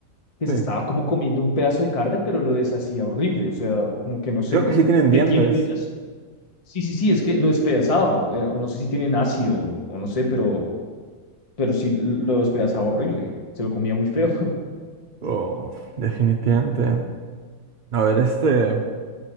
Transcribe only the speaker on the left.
que
se estaba como comiendo un pedazo de carne, pero lo deshacía horrible. O sea, como que no sé
qué tienen ellas. Sí, sí, sí, es que lo despedazaba. O, era- o no sé si tienen ácido o no sé, pero pero sí lo despedazaba horrible, se lo comía muy feo. <laughs>